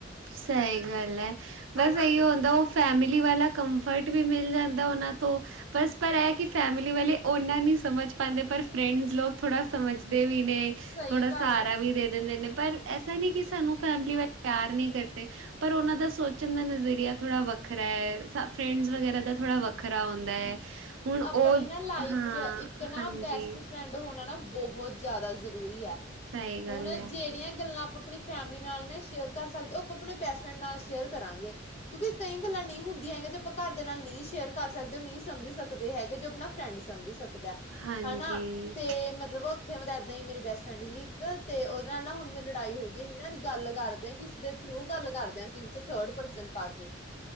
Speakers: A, on the right (about 80°); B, on the left (about 35°).
A: ਸਹੀ ਗੱਲ ਹੈ ਬਸ
B: ਹਨਾ
A: ਇਹੀਓ ਹੁੰਦਾ ਉਹ ਫੈਮਿਲੀ ਵਾਲਾ ਕੰਫਰਟ ਵੀ ਮਿਲ ਜਾਂਦਾ ਉਹਨਾਂ ਤੋਂ ਬਸ ਪਰ ਐਹ ਕਿ ਫੈਮਿਲੀ ਵਾਲੇ ਨਾਂ ਨਹੀਂ ਸਮਝ ਪਾਉਂਦੇ ਪਰ ਫਰੈਂਡਸ ਲੋਕ ਥੋੜ੍ਹਾ ਸਮਝਦੇ ਵੀ ਨੇ
B: ਸਹੀ
A: ਥੋੜਾ
B: ਗੱਲ
A: ਸਹਾਰਾ
B: ਹੈ
A: ਵੀ ਦੇ ਦਿੰਦੇ ਨੇ ਪਰ ਐਸਾ ਨਹੀਂ ਕਿ ਸਾਨੂੰ ਫੈਮਿਲੀ ਵੱਲ ਪਿਆਰ ਨਹੀਂ ਕਰਦੇ ਪਰ ਉਹਨਾਂ ਦਾ ਸੋਚਣ ਦਾ ਨਜ਼ਰੀਆ ਥੋੜ੍ਹਾ ਵੱਖਰਾ ਹੈ ਸ ਫਰੈਂਡਸ ਵਗੈਰਾ ਦਾ ਥੋੜ੍ਹਾ ਵੱਖਰਾ ਹੁੰਦਾ ਹੈ ਹੁਣ
B: ਆਪਣੀ
A: ਉਹ
B: ਨਾ ਲਾਈਫ
A: ਹਾਂ
B: ਚ ਇੱਕ ਨਾ
A: ਹਾਂਜੀ
B: ਬੈਸਟ ਫਰੈਂਡ ਹੋਣਾ ਨਾ ਬਹੁਤ ਜ਼ਿਆਦਾ ਜ਼ਰੂਰੀ ਹੈ
A: ਸਹੀ ਗੱਲ
B: ਹੁਣ
A: ਹੈ।
B: ਜਿਹੜੀਆਂ ਗੱਲਾਂ ਾਂ <unintelligible> ਆਪਣੀ ਫੈਮਿਲੀ ਨਾਲ ਨਾ ਸ਼ੇਅਰ ਕਰ ਸਕ ਹੋ ਆਪਾਂ ਆਪਣੇ ਬੈਸਟ ਫਰੈਂਡ ਨਾਲ ਸ਼ੇਅਰ ਕਰਾਂਗੇ ਕਿਉਂਕਿ ਕਈ ਗੱਲਾਂ ਨਹੀਂ ਹੁੰਦੀਆਂ ਹੈਗੀਆਂ ਜੇ ਆਪਾਂ ਘਰ ਦੇ ਨਾਲ ਨਹੀਂ ਸ਼ੇਅਰ ਕਰ ਸਕਦੇ ਨਹੀਂ ਸਮਝ ਸਕਦੇ ਹੈਗੇ ਜੋ ਆਪਣਾ ਫਰੈਂਡ ਸਮਝ ਸਕ ਦਾ
A: ਹਾਂਜੀ
B: ਹਨਾ ਤੇ ਮਤਲਬ ਉੱਥੇ <unintelligible> ਐਦਾਂ ਹੀ ਮੇਰੀ ਬੈਸਟ ਫਰੈਂਡ ਹੀ ਇੱਕ ਤੇ ਉਹਦੇ ਨਾਲ ਨਾ ਹੁਣ ਮੇਰੀ ਲੜਾਈ ਹੋ ਗਈ ਸੀ ਨਾ ਗੱਲ ਕਰਦੇ ਹਾਂ ਕਿਸੇ ਦੇ ਥਰੂ ਗੱਲ ਕਰਦੇ ਹਾਂ ਅਸੀਂ ਵਿੱਚ ਥਰਡ ਪਰਸਨ ਪਾ ਕੇ